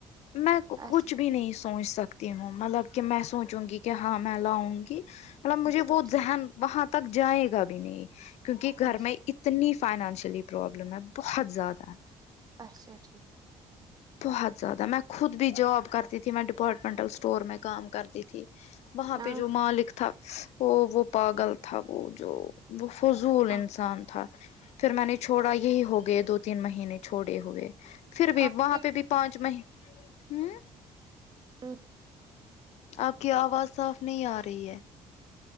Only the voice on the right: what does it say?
اچھا
اچھا
ٹھیک
اچھا
اچھا ٹھیک
ہاں
ہاں،
اب
پھر
<unintelligible>